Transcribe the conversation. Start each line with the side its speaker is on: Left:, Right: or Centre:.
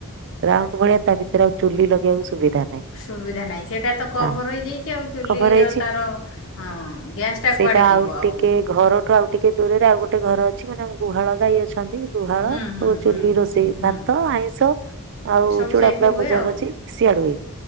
Right: ରାଉଣ୍ଡୁ ଭଳିଆ ତା ଭିତରେ ଆଉ ଚୁଲି ଲଗେଇବାକୁ ସୁବିଧା ନାହିଁ
Left: ସୁବିଧା ନାଇଁ ସେଇଟା ତ କଭର
Right: ନା
Left: ହେଇଯାଇଛି ଆଉ ଚୁଲିର
Right: କଭର ହେଇଛି
Left: ତାର ହଁ ଗ୍ୟାସ ଟା
Right: ସେଇଟା
Left: କୁଆଡେ ଯିବ
Right: ଟିକେ
Left: ଆଉ।
Right: ଘରଠୁ ଆଉ ଟିକେ ଦୂରରେ ଆଉ ଗୋଟେ ଘର ଅଛି ମାନେ ଆମ ଗୁହାଳ ଗାଈ ଅଛନ୍ତି ଗୁହାଳ
Left: ହୁଁ ହୁଁ
Right: ଓ ଚୁଲି
Left: ହୁଁ
Right: ରୋଷେଇ ଭାତ
Left: ହୁଁ
Right: ଆଇଁଷ ଆଉ
Left: ସବୁ
Right: ଚୁଡ଼ା
Left: ସେଇଠି
Right: ଫୁଡା
Left: ହୁଏ
Right: ଭଜା
Left: ଆଉ
Right: ଭଜି। ସିଆଡୁ ହୁଏ